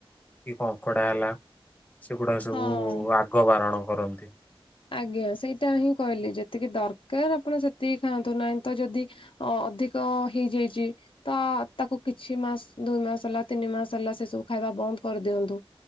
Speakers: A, on the left; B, on the left.
A: କି କଙ୍କଡା ହେଲା ସେଗୁଡା ସବୁ
B: ହଁ
A: ଆଗ ବାରଣ କରନ୍ତି।
B: ଆଜ୍ଞା ସେଇଟା ହିଁ କହିଲି ଯେତିକି ଦରକାର ଆପଣ ସେତିକି ଖାଆନ୍ତୁ, ନାହିଁ ତ ଯଦି ଅ ଅଧିକ ହେଇଯାଇଚି। ତ ତାକୁ କିଛି ମାସ ଦୁଇ ମାସ ହେଲା ତିନି ମାସ ହେଲା ସେ ସବୁ ଖାଇବା ବନ୍ଦ କରିଦିଅନ୍ତୁ।